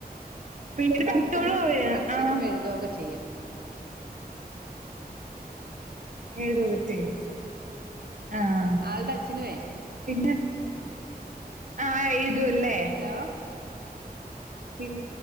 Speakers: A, on the right (about 50°); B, on the right (about 70°).
A: പിള്ളേര്
B: എന്റെ
A: പഠിച്ചോളോ
B: അച്ഛനും
A: അവര്
B: അച്ഛനും
A: ആഹ്
B: എഴുതൊക്കെ ചെയ്യും.
A: എഴുതുഒകെ ചെയ്യും ആഹ്
B: ആ ആളുടെ അച്ഛനുവേ
A: പിന്നെ ആഹ് എഴുതു അല്ലേ?
B: ഹലോ പിൻ-